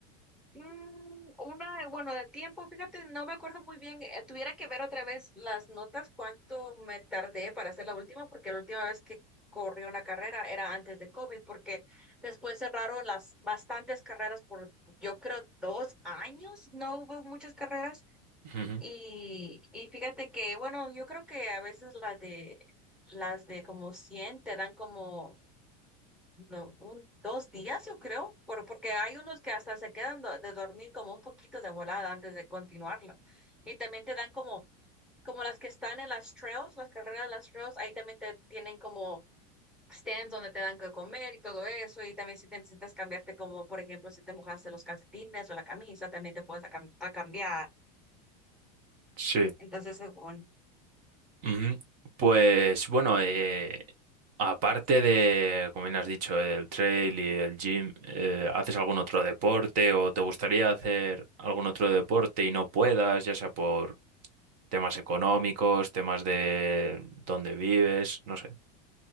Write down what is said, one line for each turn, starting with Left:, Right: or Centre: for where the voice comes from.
Centre: Mm, una, bueno, de tiempo, fíjate, no me acuerdo muy bien. eh, tuviera que ver otra vez las notas, cuánto me tardé para hacer la última, porque la última vez que corrí una carrera era antes de COVID, porque después cerraron las bastantes carreras por, yo creo, dos años, no hubo muchas carreras.
Right: Ujú.
Centre: Y, y fíjate que, bueno, yo creo que a veces las de, las de como 100 te dan como no, un, dos días, yo creo, por, porque hay unos que hasta se quedan do- de dormir como un poquito de volada antes de continuarlo. Y también te dan como, como las que están en las trails, las carreras de las trails, ahí también te tienen como stands donde te dan que comer y todo eso. Y también si te necesitas cambiarte, como por ejemplo, si te mojaste los calcetines o la camisa, también te puedes a, cam- a cambiar.
Right: Sí.
Centre: Entonces, según.
Right: Ujú. Pues bueno, eh, aparte de, como bien has dicho, el trail y el gym, eh, ¿haces algún otro deporte o te gustaría hacer algún otro deporte y no puedas, ya sea por temas económicos, temas de dónde vives, no sé?